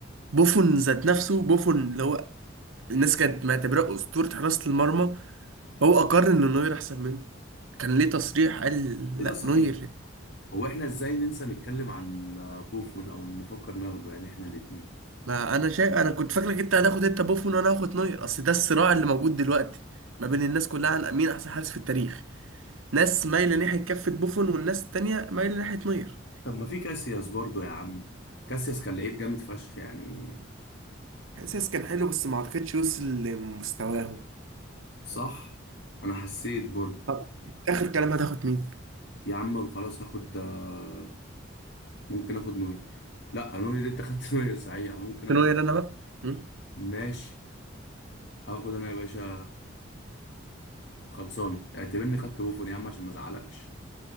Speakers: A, on the right; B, on the left.
A: بوفون ذات نفسه بوفون اللي هو الناس كانت معتبراه اسطوره حراسه المرمى هو اقر ان نوير احسن منه كان ليه تصريح قال
B: ايه
A: لا
B: ده صحيح
A: نوير
B: هو احنا ازاي ننسى نتكلم عن آه، بوفون او نفكر ناخده يعني احنا الاتنين
A: ما انا شايف انا كنت فاكرك انت هتاخد انت بوفون وانا هاخد نوير اصل ده الصراع اللي موجود دلوقتي ما بين الناس كلها عن مين احسن حارس في التاريخ ناس مايله ناحيه كفه بوفون والناس التانيه مايله ناحيه نوير
B: طب ما في كاسياس برضو يا عم كاسياس كان لعيب جامد فشخ يعني
A: احساس كان حلو بس ما عرفتش يوصل لمستواهم
B: صح انا حسيت برضو
A: آه، اخر كلام هتاخد مين
B: يا عم خلاص هاخد آه، ممكن اخد نوير لا نوير انت خدت <laughs> نوير صحيح ممكن اخد
A: ثانوية انا بقى مم.
B: ماشي هاخد انا يا باشا خلصان اعتبرني خدت بوفون يا عم عشان ما ازعلكش